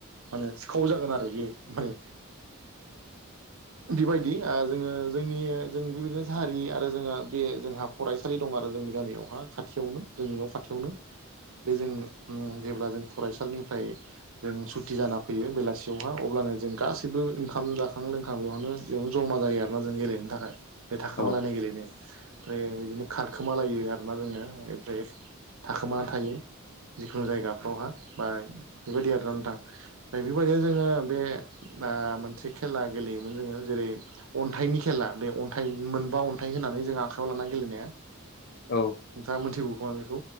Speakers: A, on the right; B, on the left.
A: माने सिखाव जागोन आरो बेयो माने
B: <inaudible>
A: बेबायदि ओ जोङो जोंनि जों बेबायदिनो हारि आरो जोङो बे जोंहा फरायसालि दं आरो जोंनि गामियावहा खाथियावनो जोंनि न' खाथियावनो। बे जों जेब्ला जों फरायसालिनिफ्राय जों सुति जाना फैयो बेलासियावहा अब्लानो जों गासैबो ओंखाम जाखां लोंखां बेवयावनो बेयावनो जमा जायो आरोना जों गेलेनो थाखाय बे थाखोमालायनाय
B: औ
A: गेलेनो। ओमफ्राय बिदिनो खारखोमालायो आरोना जोङो ओमफ्राय थाखोमानानै थायो। जिखुनु जायगाफ्रावहा बा बेबायदि आरानो थां ओम बेबायदिनो जोङो बे मोनसे खेला गेलेयोमोन जोङो जेरै अन्थाइनि खेला बे अन्थाइ मोनबा अन्थाइ होननानै जों आखाइायाव लाना गेलेनाया।
B: औ।
A: नोंथाङा मिथिगौ खोमा बेखौ